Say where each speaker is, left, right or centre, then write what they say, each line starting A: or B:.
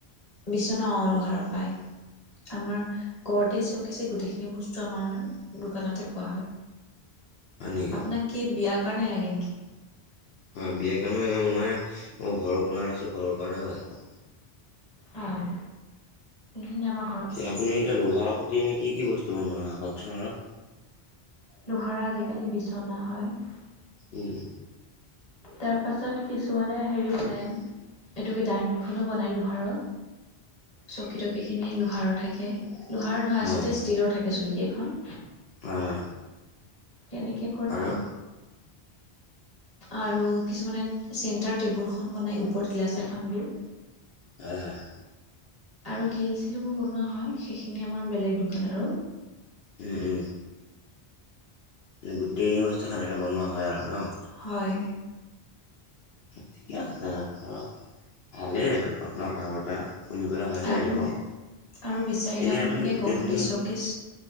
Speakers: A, on the left; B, on the left.
A: বিচনা অ লোহাৰ পায় আমাৰ ঘৰতে চব দিছে গোটেইখিনি বস্তু আমাৰ দোকানতে পোৱা হয়
B: হয় নেকি
A: আপোনাক কি বিয়াৰ কাৰণে লাগে নেকি
B: হয় বিয়াৰ কাৰণে লাগে মোৰ মানে মই ঘৰৰ বনাই আছো ঘৰৰ কাৰণেও লাগে
A: হয় এইখিনি আমাক
B: আপুনি এতিয়া লোহাৰ সতে এনে কি বস্তু বনোৱা হয় কওকচোন অলপ
A: লোহাৰৰ আজিকালি বিচনা হয়
B: উম
A: তাৰ পাছত কিছুমানে হেৰি বনাই এইটো কি ডাইনিং এখনো বনাই লোহাৰৰ চকী তকী খিনি লোহাৰৰ থাকে লোহাৰৰ নহয়
B: হয় হয় হয়
A: আচলতে ষ্টীলৰ থাকে চকী কেইখন
B: হয় হয়
A: কেনেকে
B: আৰু
A: আৰু কিছুমানে চেণ্টাৰ টেবুলখন বনাই ওপৰত গিলাচ এখন দি
B: হয় হয়
A: আৰু গ্ৰীল চিলবোৰ বনোৱা হয় সেইখিনি আমাৰ বেলেগ দোকান আৰু
B: উম উম এ গোটেইখিনি বস্তু সেনেকে বনোৱা হয় আৰু ন
A: হয়
B: ঠিকে আছে দে ধৰক ভালেই আপোনাৰ কথা বতৰা শুনি পেলাই ভাল লাগিলে
A: আৰু
B: বাও
A: আৰু বিচাৰিলে
B: এনেই
A: আপোনালোকে
B: আপুনি গোটেইখিনি
A: গড়তে চকেচ